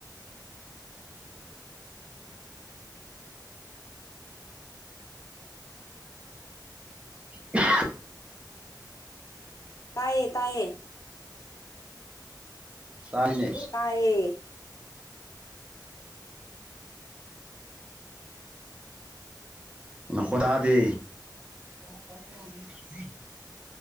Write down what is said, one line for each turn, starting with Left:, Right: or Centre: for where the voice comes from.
Right: ꯎ
Left: ꯇꯥꯏꯌꯦ ꯇꯥꯏꯌꯦ
Right: ꯇꯥꯖꯃꯦ
Left: ꯇꯌꯦ
Right: ꯈꯣꯗꯥꯗꯦ ꯑꯣ